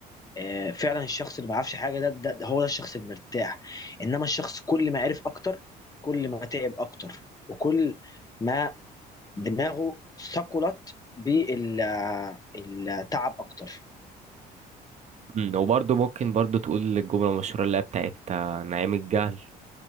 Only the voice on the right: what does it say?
أمم، وبرضه ممكن برضه تقول الجمله المشهوره اللي هي بتاعت آه، نعيم الجهل